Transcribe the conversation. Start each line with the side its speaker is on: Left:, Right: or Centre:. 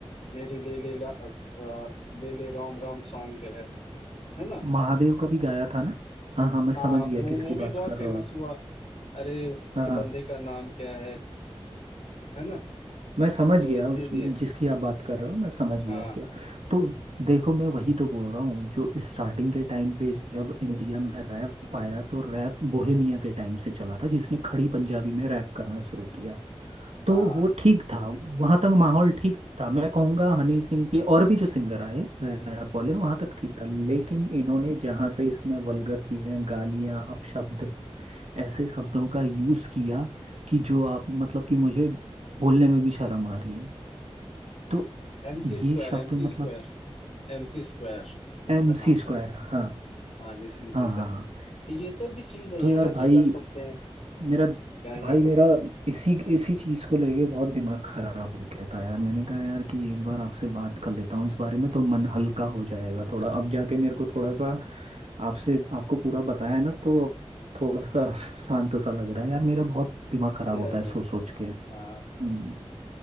Left: मेरी ले ले ला, अ, अ, ले ले राम राम सॉन्ग जो है है ना
Right: महादेव का भी गाया था ना हाँ हाँ मैं
Left: हाँ
Right: समझ गया
Left: वो
Right: किसकी
Left: वो
Right: बात
Left: भी बहुत
Right: कर
Left: फेमस
Right: रहे हो आप
Left: हुआ अरे उसके
Right: हाँ हाँ
Left: बंदे का नाम क्या है है ना
Right: मैं समझ
Left: तो
Right: गया
Left: इसीलिए
Right: उस जिसकी आप बात कर रहे हो मैं समझ गया
Left: हाँ
Right: उसकी बात तो देखो मैं वही तो बोल रहा हूँ जो स्टार्टिंग के टाइम पे जब इंडिया
Left: हम्म,
Right: में रैप आया तो रैप बोहेमिया के टाइम से चला था जिसने खड़ी पंजाबी में रैप करना शुरू किया तो
Left: हाँ
Right: वो ठीक था वहां तक माहौल ठीक था मैं कहूंगा हनी सिंह के और भी जो सिंगर आए अ, बोले वहां तक ठीक था लेकिन इन्होंने जहां से इसमें वल्गर चीजें गालियां अपशब्द ऐसे शब्दों का यूज किया कि जो आप मतलब कि मुझे बोलने में भी शर्म आ रही है तो
Left: MC
Right: ये
Left: square
Right: शब्द
Left: MC
Right: मतलब
Left: square MC square उसका
Right: एम
Left: नाम
Right: सी स्क्वायर
Left: था
Right: हाँ
Left: हाँ जिसने
Right: हाँ
Left: जीता
Right: हाँ हाँ
Left: तो ये सब भी चीज है
Right: तो
Left: यार
Right: यार
Left: ऐसे
Right: भाई
Left: कर सकते हैं
Right: मेरा
Left: क्या
Right: भाई
Left: ही बोलो
Right: मेरा इसी इसी चीज को लेके बहुत दिमाग खराब हो गया था यार मैंने कहा यार कि एक बार आपसे बात कर लेता हूँ इस बारे में तो मन हल्का हो जाएगा थोड़ा अब जाके मेरे को थोड़ा सा आपसे आपको पूरा बताया ना तो थोड़ा सा <laughs> शांत सा लग रहा है यार मेरा बहुत दिमाग खराब
Left: चलो
Right: होता है सोच
Left: यार
Right: सोच के
Left: हाँ
Right: हम्म